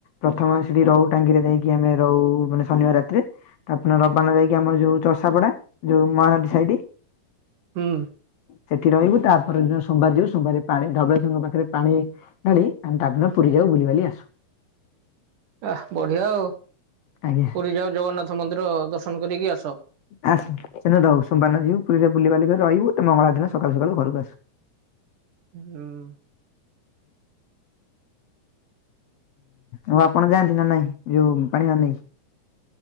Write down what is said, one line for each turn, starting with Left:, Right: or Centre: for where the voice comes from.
Left: ପ୍ରଥମେ ସେଠି ରହୁ ଟାଙ୍ଗିରେ ଦେଇକି ଆମେ ରହୁ ମାନେ ଶନିବାର ରାତିରେ ତାପ ରବାନ ଯାଇକି ଆମର ଯୋଉ ଚଷାପଡା ଯୋଉ ମହାନଦୀ ସାଇଟ
Right: ହୁଁ।
Left: ସେଠି ରହିବୁ ତାପରେ ଦିନ ସୋମବାର ଯିବୁ ସୋମବାରେ ପାଣି ଧବଳେଶ୍ଵରଙ୍କ ପାଖରେ ପାଣି ଢାଳି ତାପରେ ଦିନ ପୁରୀଯାଉ ବୁଲିିବାଲି ଆସୁ।
Right: ଆ ବଢିଆ ଆଉ
Left: ଆଜ୍ଞା
Right: ପୁରୀ ଯାଉ ଜଗନ୍ନାଥ ମନ୍ଦିର ଦର୍ଶନ କରିକି ଆସ।
Left: ଆସ ଏ ର ସୋମବାର ଦିନ ଯିବୁ ପୁରୀରେ ବୁଲିିବାଲିକି ରହିବୁ ମଙ୍ଗଳବାର ଦିନ ସକାଳୁ ସକାଳୁ ଘରକୁ ଆସିବୁ।
Right: ହଁ
Left: ହୁଁ ଆଉ ଆପଣ ଯାଆନ୍ତି ନା ନାଇଁ ଯୋଉ ପାଣିିବା ନେଇ।